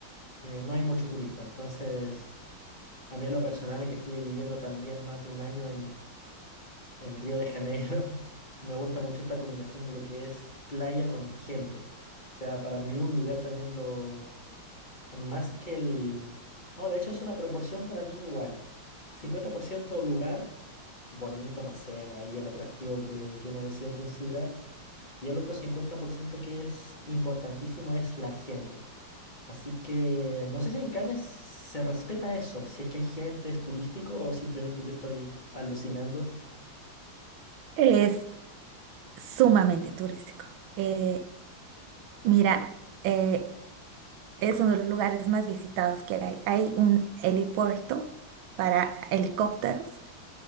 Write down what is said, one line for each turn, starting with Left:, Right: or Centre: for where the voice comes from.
Left: eh, no hay mucho turista. Entonces, a mí en lo personal, que estuve viviendo también más de un año en, en Río de Janeiro, <laughs> me gusta mucho esta combinación de lo que es playa con gente. O sea, para mí un lugar también lo más que el... No, de hecho es una proporción para mí igual. 50% lugar bonito, no sé, ahí el atractivo que, que uno desee considerar. Y el otro 50% que es importantísimo es la gente. Así que no sé si en Cannes se respeta eso, si es que hay gente, es turístico o simplemente yo estoy alucinando.
Right: Es sumamente turístico. Eh, mira, eh, es uno de los lugares más visitados que hay. Hay un helipuerto para helicópteros.